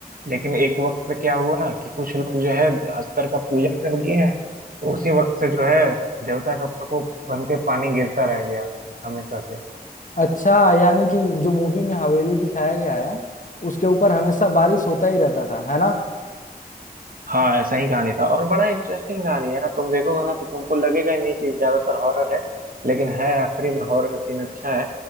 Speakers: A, on the right; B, on the left.
A: लेकिन एक वक्त पे क्या हुआ कि कुछ लोग जो है हस्तर का पूजा कर दिए हैं तो उसी वक्त से जो है देवता का प्रकोप बन के पानी गिरता रह गया हमेशा से
B: अच्छा यानी कि जो मूवी में हवेली दिखाया गया है उसके ऊपर हमेशा बारिश होता ही रहता था है ना
A: हाँ ऐसा ही कहानी था और बड़ा इंटरेस्टिंग कहानी है यार तुम देखोगे ना तो तुमको लगेगा ही नहीं कि ज्यादातर हॉरर है लेकिन है आखिरी में हॉरर सीन अच्छा है